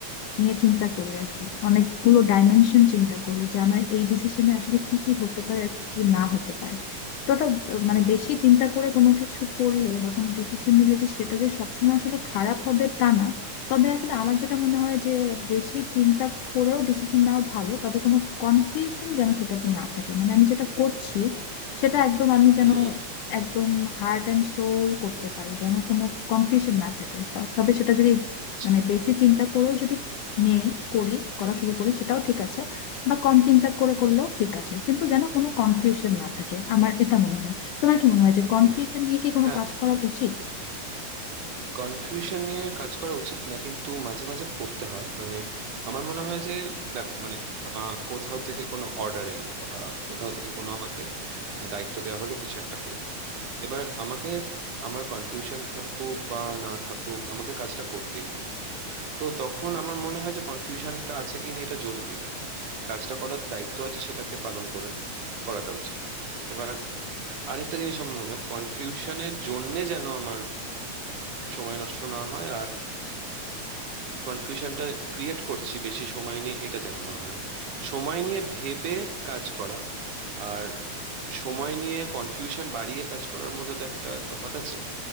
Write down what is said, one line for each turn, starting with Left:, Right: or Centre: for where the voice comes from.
Left: নিয়ে চিন্তা করি আর কি অনেকগুলো ডাইমেনশন চিন্তা করি যে আমার এই ডিসিশনে আসলে কি কি হতে পারে আর কি কি না হতে পারে তো ওটা আহ, মানে
Right: হুম
Left: বেশি চিন্তা করে কোনো কিছু করলে বা কোনো ডিসিশন নিলে যে সেটা যে সবসময় আসলে খারাপ হবে তা না তবে আসলে আমার যেটা মনে হয় যে বেশি চিন্তা করেও ডিসিশন নেওয়া ভালো তবে কোনো কনফিউশন যেন সেটাতে না থাকে মানে আমি যেটা করছি সেটা একদম আমি যেন
Right: হুম
Left: একদম হার্ট অ্যান্ড সোল করতে পারি যেন কোনো কনফিউশন না থাকে ত- তবে সেটা যদি
Right: আচ্ছা
Left: মানে বেশি চিন্তা করেও যদি নেই করি করা শুরু করি সেটাও ঠিক আছে বা কম চিন্তা করে করলেও ঠিক আছে কিন্তু যেন কোনো কনফিউশন না থাকে আমার এটা মনে হয় তোমার কি মনে হয় যে কনফিউশন
Right: হুম
Left: নিয়ে কি কোনো
Right: হ্যাঁ
Left: কাজ করা উচিত
Right: কনফিউশন নিয়ে কাজ করা উচিত না কিন্তু মাঝে মাঝে করতে হয় মানে আমার মনে হয় যে দেখো মানে আহ, কোথাও থেকে কোনো অর্ডার এলো বা কোথাও থেকে কোনো আমাকে আহ, দায়িত্ব দেওয়া হলো কিছু একটা করতে এবার আমাকে আমার কনফিউশন থাকুক বা না থাকুক আমাকে কাজটা করতেই হবে তো তখন আমার মনে হয় যে কনফিউশনটা আছে কিনা এটা জরুরি নয় কাজটা করার দায়িত্ব আছে সেটাকে পালন করে করাটা উচিত এবার আরেকটা জিনিস আমার মনে হয় কনফিউশনের জন্যে যেন আমার সময় নষ্ট না হয় কনফিউশনটা ক্রিয়েট করছি বেশি সময় নিয়ে এটা যেন না হয় সময় নিয়ে ভেবে কাজ করা আর সময় নিয়ে কনফিউশন বাড়িয়ে কাজ করার মধ্যে তো একটা তফাৎ আছে